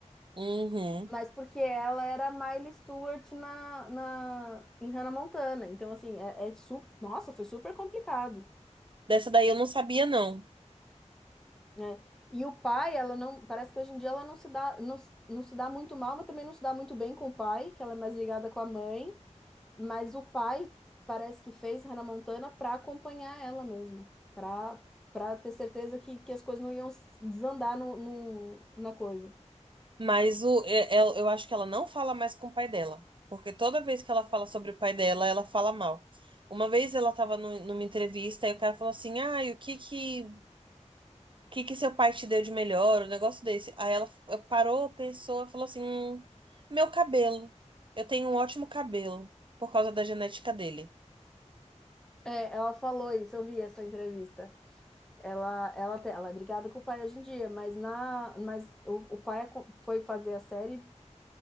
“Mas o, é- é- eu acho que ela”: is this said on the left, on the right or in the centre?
Right